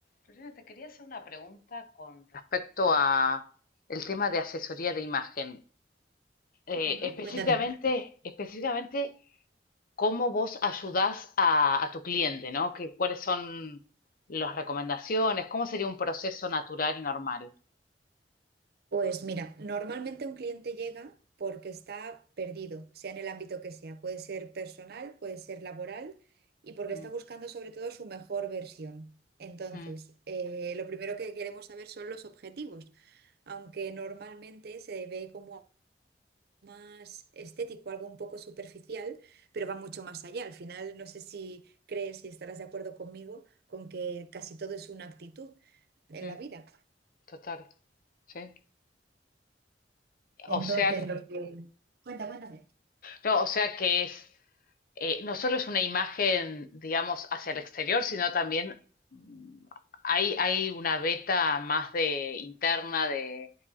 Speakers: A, on the left; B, on the right.
A: Lorena, te quería hacer una pregunta con respecto a el tema de asesoría de imagen. Eh,
B: Ujú,
A: específicamente,
B: Cuéntame.
A: específicamente, cómo vos ayudás a, a tu cliente, ¿no? ¿Qué ¿Cuáles son las recomendaciones? ¿Cómo sería un proceso natural y normal?
B: Pues mira, normalmente un cliente llega porque está perdido, sea en el ámbito que sea. Puede ser personal, puede ser laboral y porque
A: Mm,
B: está buscando sobre todo su mejor versión. Entonces,
A: mm,
B: eh, lo primero que queremos saber son los objetivos, aunque normalmente se ve como más estético, algo un poco superficial, pero va mucho más allá. Al final, no sé si crees y estarás de acuerdo conmigo con que casi todo es una actitud en
A: mm,
B: la vida.
A: total, sí.
B: Entonces,
A: O sea,
B: lo que Cuenta, cuéntame.
A: no, o sea que es eh, no solo es una imagen, digamos, hacia el exterior, sino también mm, hay, hay una beta más de interna de,